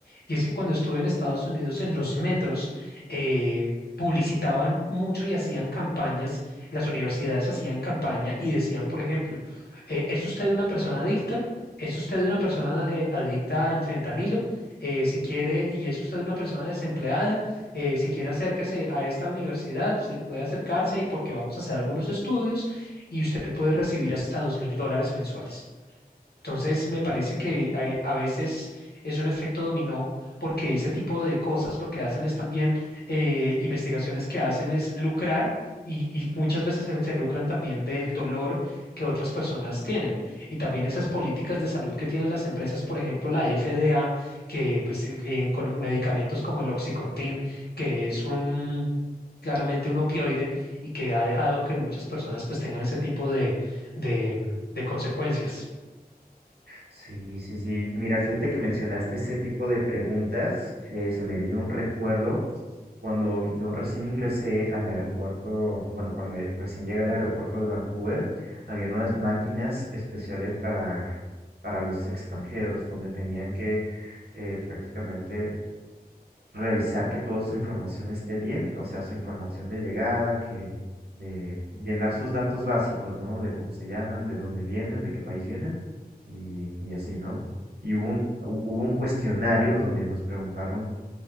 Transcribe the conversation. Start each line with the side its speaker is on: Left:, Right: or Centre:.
Left: y es que cuando estuve en Estados Unidos en los metros, eh, publicitaban mucho y hacían campañas, las universidades hacían campaña y decían, por ejemplo, eh, ¿es usted una persona adicta? ¿Es usted una persona eh, adicta al fentanilo? Eh, si quiere, ¿y es usted una persona desempleada? eh, si quiere acérquese a esta universidad, se puede acercarse y porque vamos a hacer algunos estudios y usted puede recibir hasta dos mil dólares mensuales. Entonces, me parece que eh, a veces es un efecto dominó porque ese tipo de cosas lo que hacen es también eh, investigaciones que hacen es lucrar y, y muchas veces se, se lucran también del dolor que otras personas tienen. Y también esas políticas de salud que tienen las empresas, por ejemplo, la FDA, que pues, eh, eh, con medicamentos como el Oxycontin, que es un... claramente un opioide y que ha dejado que muchas personas pues tengan ese tipo de, de de consecuencias.
Right: Sí, sí, sí. Mira, fíjate que mencionaste ese tipo de preguntas. eh, se me vino un recuerdo cuando yo recién ingresé al aeropuerto, bueno, cuando eh, recién llegué al aeropuerto de Vancouver, habían unas máquinas especiales para, para los extranjeros, donde tenían que eh, prácticamente revisar que toda su información esté bien, o sea, su información de llegada, que de llenar sus datos básicos, ¿no? De cómo se llaman, de dónde vienen, de qué país vienen y, y así, ¿no? Y hubo un, hu- hubo un cuestionario donde nos preguntaron